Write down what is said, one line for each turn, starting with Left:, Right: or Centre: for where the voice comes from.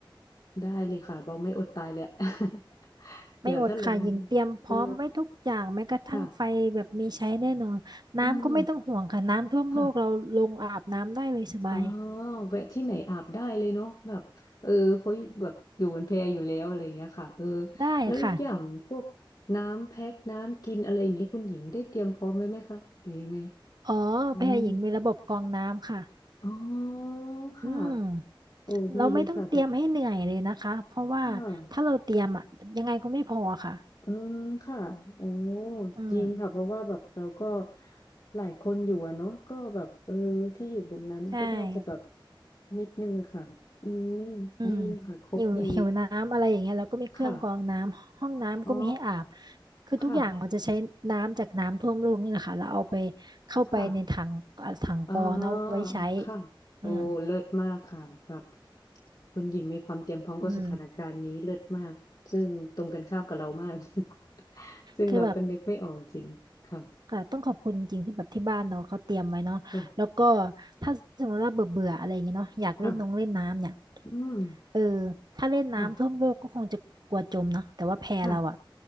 Left: ได้เลยค่ะเราไม่อดตายแหละ <laughs> เดี๋ยวถ้าเลย
Right: ไม่อดค่ะยิงเตรียมพร้อมไว้ทุกอย่างแม้กระทั่งไฟแบบมีใช้แน่นอนน้ำก็ไม่ต้องห่วงค่ะ
Left: เออค่ะเออ
Right: น้ำท่วมโลกเราลงอาบน้ำได้เลยสบาย
Left: ค่ะอ๋อแวะที่ไหนอาบได้เลยเนาะแบบเออเพราะแบบอยู่บนแพอยู่แล้วอะไรอย่างเงี้ยค่ะเออ
Right: ได้ค่ะ
Left: แล้วอย่างพวกน้ำแพ็คน้ำกินอะไรอย่างเงี้ยคุณหญิงได้เตรียมพร้อมไว้ไหมคะหรือยังไง
Right: อ๋อแพรหญิงมีระบบกรองน้ำค่ะ
Left: อืม อ๋อค่ะ
Right: อืม
Left: โอ้ดีเลยค่ะแบบ
Right: เราไม่ต้องเตรียมให้เหนื่อยเลยนะคะ เพราะว่าถ้าเราเตรียมอะยังไงก็ไม่พอค่ะ
Left: ค่ะ อืมค่ะโอ้
Right: อืม
Left: จริงค่ะเพราะว่าแบบเราก็หลายคนอยู่อะเนาะก็แบบเออที่อยู่บนนั้นก็น่าจะแบบ
Right: ใช่
Left: นิดนึงอะค่ะ อืม
Right: อืม
Left: ดีเลยค่ะครบดี
Right: หิวหิวน้ำอะไรอย่างเงี้ยเราก็มีเครื่องกรองน้ำห้องน้ำก็มีให้อาบ
Left: ค่ะ อ๋อ
Right: คือทุกอย่างเราจะใช้น้ำจากน้ำท่วมโลกนี่แหละค่ะเราเอาไป
Left: ค่ะ
Right: เข้าไปในถังอ่ะถังกรองเนาะเอาไว้ใช้
Left: ค่ะ อ๋อค่ะโอ้เลิศมากค่ะแบบ
Right: อืม
Left: คุณหญิงมีความเตรียมพร้อมกับสถานการณ์นี้เลิศมาก
Right: อืม
Left: ซึ่งตรงกันข้ามกับเรามาก <laughs> ซึ่งเราก็นึกไม่ออกจริงค่ะ
Right: คือแบบค่ะต้องขอบคุณจริงที่แบบที่บ้านเราเขาเตรียมไว้เนาะแล้วก็
Left: ค่ะ
Right: ถ้าสมมติว่าเบื่อเบื่ออะไรอย่างเงี้ยเนาะอยากเล่นน้องเล่นน้ำเนี่ย
Left: ค่ะอืม
Right: เออถ้าเล่นน้ำท่วมโลกก็คงจะกลัวจมเนาะแต่ว่าแพเราอะ
Left: ค่ะค่ะ